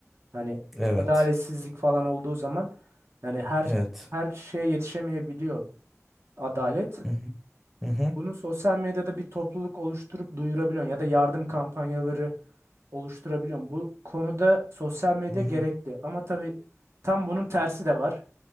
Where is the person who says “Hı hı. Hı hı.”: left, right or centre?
Centre